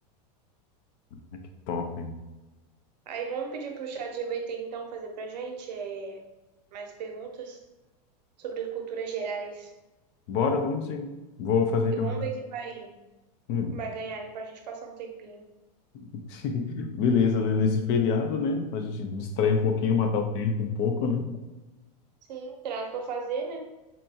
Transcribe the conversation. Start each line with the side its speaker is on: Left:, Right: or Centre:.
Left: Ah, Que top, hein?
Right: Aí vamos pedir pro chat GPT então fazer pra gente é, mais perguntas sobre culturas gerais.
Left: Bora, vamos sim. Vou fazer
Right: E
Left: aqui
Right: vamos
Left: uma.
Right: ver quem vai,
Left: Hum.
Right: vai ganhar, né, pra gente passar um tempinho.
Left: <laughs> Beleza, né? Nesse feriado, né? Pra gente distrair um pouquinho, matar o tempo um pouco, né?
Right: Sim, tem nada pra fazer, né?